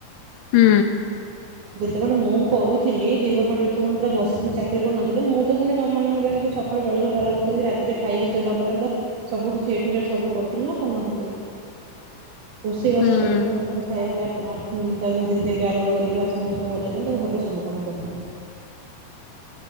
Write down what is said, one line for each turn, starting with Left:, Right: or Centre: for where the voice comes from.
Left: ହୁଁ।
Right: ଯେତେବେଳେ ମୁଁ କରୁଥିଲି ଦି ବର୍ଷ ଅଢ଼େଇ ବର୍ଷ ଭିତରେ ବସିଥିଲି ଚାକିରି କରୁନଥିଲି। ଥିଲେ ମୁଁ ତ ପୁଣି ତମମାନଙ୍କ ପାଇଁ ସକାଳୁ ଜଳ ଖିଆଠୁ ଆରମ୍ଭ କରିକି ରାତିରେ ଖାଇକି ଶୋଇଲା ପର୍ଜନ୍ତ। ସବୁ କିଛି ଏ ଟୁ ଜେଡ ସବୁ କରୁଥିଲ ନା କରୁନଥିଲି।
Left: <inaudible>
Right: ରୋଷେଇ ବାସ
Left: ହୁଁ।
Right: କରିବୁ ସମସ୍ତଙ୍କୁ ଖାଇବା ପିବା ଆ ଦେବି ଆରମ୍ଭ କରିକି ବାସନ ବାସନ ମଜା ଠୁ ତାଙ୍କ ଘରର ସବୁ। କାମ କରୁଥିଲୁ।